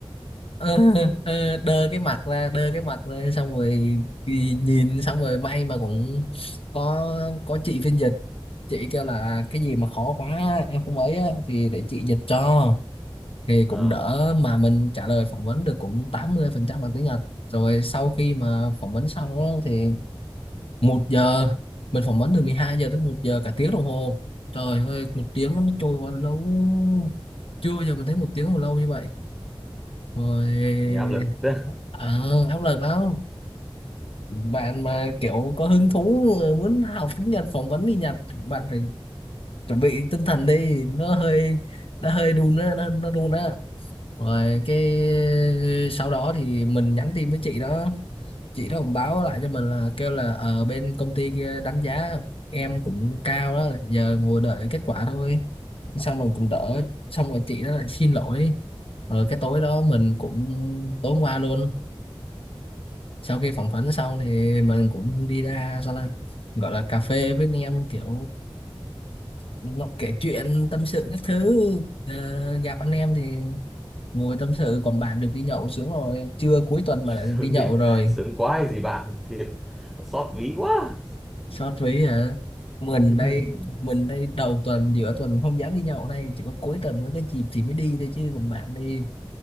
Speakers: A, on the left; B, in the centre.
A: ờ,
B: ừ
A: ờ, <laughs> đơ cái mặt ra đơ cái mặt ra xong rồi thì nhìn xong rồi may mà cũng có có chị phiên dịch chị kêu là cái gì mà khó quá em không ấy á, thì để chị dịch cho thì
B: Ờ.
A: cũng đỡ mà mình trả lời phỏng vấn được cũng 80% bằng tiếng Nhật rồi sau khi mà phỏng vấn xong á, thì một giờ mình phỏng vấn từ mười hai giờ tới một giờ cả tiếng đồng hồ trời ơi một tiếng nó trôi qua lâu chưa bao giờ mình thấy một tiếng mà lâu như vậy rồi
B: nghe áp lực đấy
A: à, áp lực lắm bạn mà kiểu có hứng thú ờ, muốn học tiếng Nhật phỏng vấn đi Nhật bạn phải chuẩn bị tinh thần đi nó hơi nó hơi đun á nó, nó đun á rồi cái sau đó thì mình nhắn tin với chị đó chị đó cũng báo lại cho mình là kêu là ở bên công ty kia đánh giá em cũng cao đó giờ ngồi đợi kết quả thôi xong mình cũng đỡ
B: ừ.
A: xong rồi chị đó lại xin lỗi rồi cái tối đó mình cũng tối hôm qua luôn sau khi phỏng vấn xong thì mình cũng đi ra sao là gọi là cà phê với anh em kiểu nó kể chuyện tâm sự các thứ Ờ, gặp anh em thì ngồi tâm sự còn bạn được đi nhậu sướng rồi trưa cuối tuần
B: sướng
A: mà lại được đi nhậu
B: đi
A: rồi
B: sướng quá hay gì bạn thiệt xót ví quá
A: Sót ví hả? Mình
B: <laughs>
A: đây mình đây đầu tuần giữa tuần không dám đi nhậu đây chỉ có cuối tuần mới có dịp thì mới đi thôi chứ còn bạn đi